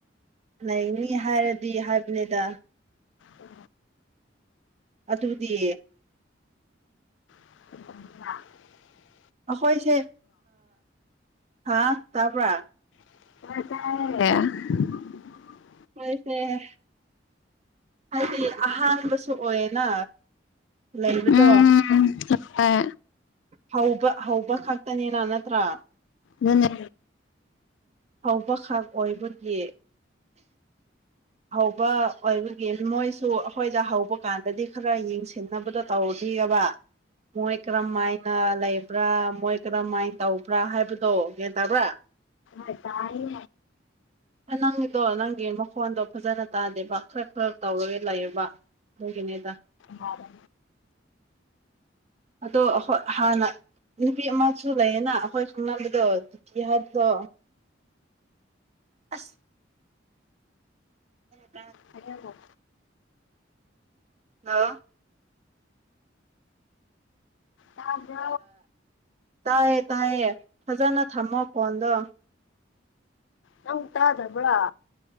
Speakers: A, on the right; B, on the left.
A: ꯂꯩꯅꯤ ꯍꯥꯏꯔꯗꯤ ꯍꯥꯏꯕꯅꯤꯗ
B: ꯎꯝ
A: ꯑꯗꯨꯕꯨꯗꯤ
B: ꯑꯗꯨ
A: ꯑꯩꯈꯣꯏꯁꯦ ꯍꯥ ꯇꯥꯕ꯭ꯔꯥ
B: <unintelligible>
A: ꯃꯣꯏ ꯁꯅꯦꯍ ꯍꯥꯏꯗꯤ ꯑꯍꯥꯟꯕꯁꯨ ꯑꯣꯏꯌꯦꯅ ꯂꯩꯕ
B: ꯎꯝ ꯍꯣꯏ
A: ꯍꯧꯕ ꯍꯧꯕ ꯈꯛꯇꯅꯤꯅ ꯅꯠꯇ꯭ꯔꯥ
B: ꯅꯟꯅ
A: ꯍꯧꯕꯈꯛ ꯑꯣꯏꯕꯒꯤ ꯍꯧꯕ ꯑꯣꯏꯕꯒꯤ ꯃꯣꯏꯁꯨ ꯑꯩꯈꯣꯏꯗ ꯍꯧꯕ ꯀꯥꯟꯗꯗꯤ ꯈꯔ ꯌꯦꯡꯁꯤꯟꯅꯕꯗꯣ ꯇꯧꯔꯗꯦ ꯌꯦꯕ ꯃꯣꯏ ꯀꯔꯝꯃꯥꯏꯅ ꯂꯩꯕ꯭ꯔꯥ ꯃꯣꯏ ꯀꯔꯝꯃꯥꯏꯅ ꯇꯧꯕ꯭ꯔꯥ ꯍꯥꯏꯕꯗꯣ ꯒꯌꯥ ꯇꯥꯕ꯭ꯔꯥ
B: ꯍꯣꯏ ꯇꯥꯏ
A: ꯅꯪꯗꯣ ꯅꯪ ꯃꯀꯋꯥꯗ ꯐꯖꯅ ꯇꯥꯗꯦꯕ ꯈꯔ ꯈꯔ ꯇꯧꯔꯒ ꯂꯩꯔꯕ ꯑꯗꯨꯒꯤꯅꯤꯗ
B: ꯑꯔ
A: ꯑꯗꯣ ꯍꯥꯟꯅ ꯅꯨꯄꯤ ꯑꯃꯁꯨ ꯂꯩꯌꯦꯅ ꯑꯩꯈꯣꯏ ꯈꯪꯅꯕꯗꯣꯖꯤꯇꯤ ꯍꯥꯏꯕꯗꯣ ꯑꯁ ꯍꯗꯣ
B: ꯀꯉꯣ
A: ꯑ
B: ꯌꯥꯕ꯭ꯔꯣ
A: ꯇꯥꯏꯌꯦ ꯇꯥꯏꯌꯦ ꯐꯖꯅ ꯊꯝꯃꯣ ꯀꯣꯟꯗꯣ
B: ꯅꯪ ꯇꯗꯕ꯭ꯔ